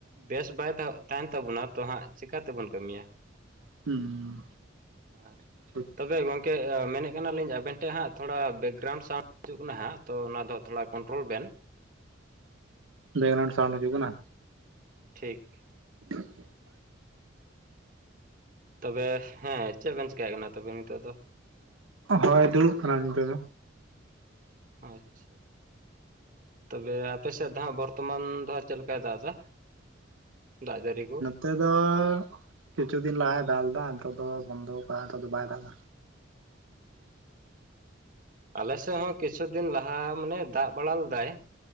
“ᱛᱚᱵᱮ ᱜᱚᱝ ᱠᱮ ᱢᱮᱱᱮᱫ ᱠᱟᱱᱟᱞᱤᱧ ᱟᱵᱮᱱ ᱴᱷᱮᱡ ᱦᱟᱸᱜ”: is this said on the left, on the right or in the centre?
Right